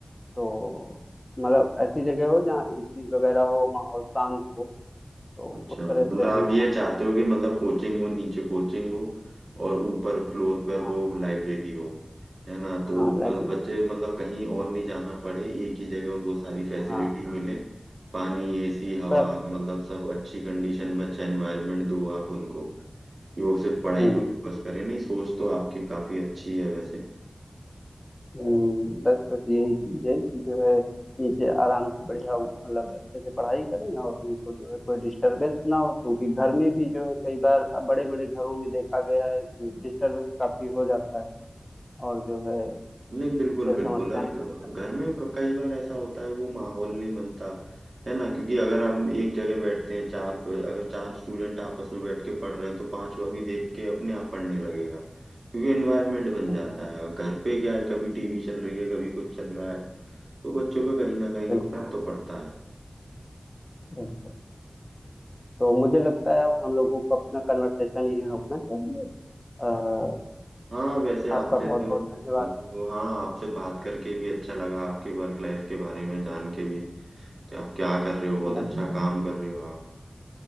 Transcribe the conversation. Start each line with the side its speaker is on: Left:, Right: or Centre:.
Left: तो मतलब ऐसी जगह हो जहाँ एसी वगैरह हो माहौल शांत हो तो
Right: अच्छा
Left: उस तरह
Right: मतलब
Left: से हम
Right: आप
Left: सोच
Right: ये चाहते
Left: रहे
Right: हो कि मतलब कोचिंग हो नीचे कोचिंग हो और ऊपर फ्लोर पर हो
Left: हैं
Right: लाइब्रेरी हो है ना
Left: हाँ
Right: तो
Left: हाँ
Right: म-
Left: लाइब्रेरी
Right: बच्चे मतलब कहीं और नहीं जाना पड़े एक ही जगह उनको सारी फैसिलिटी
Left: हाँ
Right: मिले पानी एसी हवा
Left: बस
Right: मतलब सब अच्छी कंडीशन में अच्छा एनवायरनमेंट दो आप उनको कि वो सिर्फ पढ़ाई
Left: हम्म
Right: पे फोकस करें नहीं सोच तो आपकी काफी अच्छी है वैसे
Left: हम्म, बस बस यही चीज है कि जो है नीचे आराम से बढ़िया मतलब अच्छे से पढ़ाई करें और उनको जो है कोई डिस्टरबेंस ना हो क्योंकि घर में भी जो है कई बार बड़े बड़े घरों में देखा गया है कि डिस्टरबेंस काफी हो जाता है और जो है
Right: नहीं बिल्कुल
Left: फिर
Right: बिल्कुल
Left: समस्याएं
Right: और ग-
Left: आने
Right: ग-
Left: लगती
Right: घर में क- कई बार ऐसा होता है वो माहौल नहीं बनता है ना क्योंकि अगर हम एक जगह बैठते हैं चार अगर चार स्टूडेंट आपस में बैठ के पढ़ रहे हैं तो पांचवा भी देख के अपने आप पढ़ने लगेगा क्योंकि एनवायरनमेंट बन
Left: हैं
Right: जाता है अब घर पे क्या है कभी टीवी चल रही है कभी कुछ चल रहा है तो बच्चों पे कहीं ना कहीं
Left: बिल्कुल
Right: फर्क तो पड़ता है
Left: बिल्कुल तो मुझे लगता है अब हम लोगों को अपना कन्वर्सेशन यहीं रोकना चाहिए अ,
Right: हाँ वैसे आपसे
Left: आपका बहुत
Right: तो
Left: बहुत धन्यवाद
Right: अब वो- हाँ आपसे बात करके भी अच्छा लगा आपकी वर्क लाइफ के बारे में जान के भी कि आप क्या कर रहे हो बहुत
Left: धन्यवाद
Right: अच्छा काम कर रहे हो आप